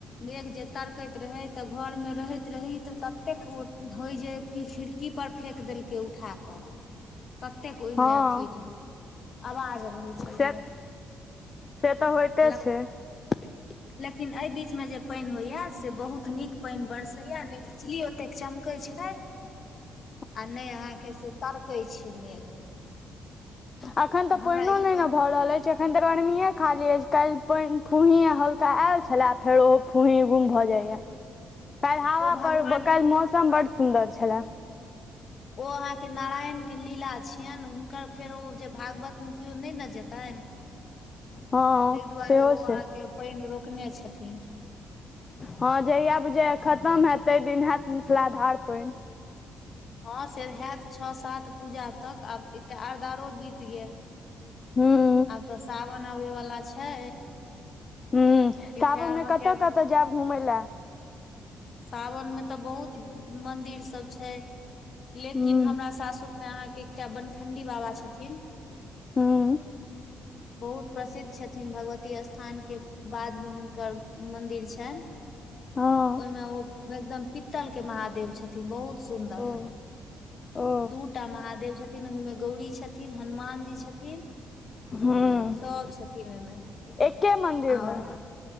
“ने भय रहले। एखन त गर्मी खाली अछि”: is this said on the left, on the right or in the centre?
Left